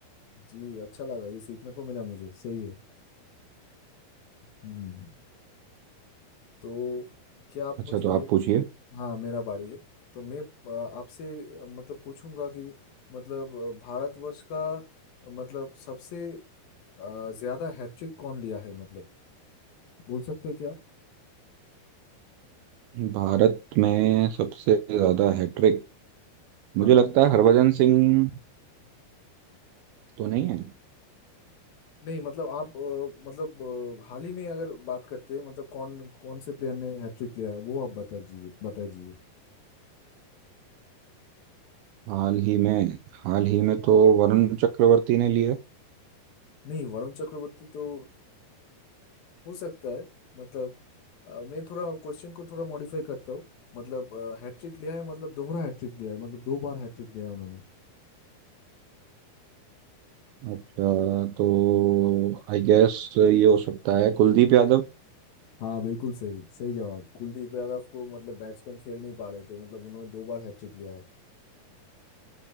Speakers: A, on the left (about 65°); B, on the right (about 75°).
A: जी अच्छा लगा ये सीखने को मिला मुझे सही है हम्म तो क्या आप
B: अच्छा
A: मुझे
B: तो
A: ये
B: आप पूछिए
A: हाँ मेरा बारी है तो मैं अ, आपसे अ, मतलब पूछूंगा कि मतलब अ, भारतवर्ष का अ, मतलब सबसे अ, ज्यादा हैट्रिक कौन लिया है मतलब बोल सकते हैं क्या आप?
B: भारत में सबसे ज्यादा हैट्रिक मुझे
A: हाँ
B: लगता है हरभजन सिंह तो नहीं है
A: नहीं मतलब आप अ, मतलब अ, हाल ही में अगर बात करते हैं मतलब कौन कौन से प्लेयर ने हैट्रिक लिया है वो आप बता दीजिए बता दीजिए
B: हाल ही में हाल ही में तो वरुण चक्रवर्ती ने लिए
A: नहीं वरुण चक्रवर्ती तो हो सकता है मतलब अ, मैं थोड़ा क्वेश्चन को थोड़ा मॉडिफाई करता हूँ मतलब हैट्रिक लिया है मतलब दोहरा हैट्रिक लिया है मतलब दो बार हैट्रिक लिया है उन्होंने
B: अच्छा तो आई गेस ये हो सकता है कुलदीप यादव
A: हाँ बिल्कुल सही सही जवाब कुलदीप यादव को मतलब बैट्समैन खेल नहीं पा रहे थे मतलब उन्होंने दो बार हैट्रिक लिया है